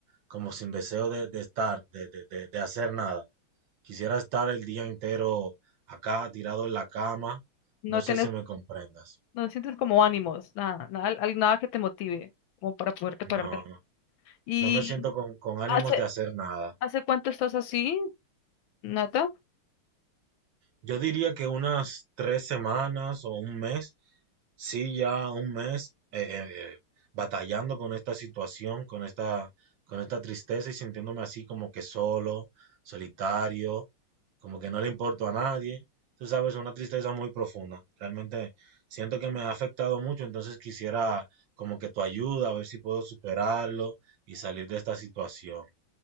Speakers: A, on the right; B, on the left.
A: como sin deseo de, de estar, de, de- de- de hacer nada. Quisiera estar el día entero acá, tirado en la cama.
B: No
A: No sé
B: tienes,
A: si me comprendas.
B: no sientes como ánimos, nada, nada, al- nada que te motive como para poderte pararte.
A: No,
B: ¿Y
A: no me siento con, con ánimos
B: hace,
A: de hacer nada.
B: hace cuánto estás así, Nata?
A: Yo diría que unas 3 semanas o un mes, sí, ya un mes eh, eh, eh, batallando con esta situación, con esta, con esta tristeza y sintiéndome así como que solo, solitario, como que no le importo a nadie. Tú sabes, una tristeza muy profunda. Realmente siento que me ha afectado mucho, entonces quisiera como que tu ayuda, a ver si puedo superarlo y salir de esta situación.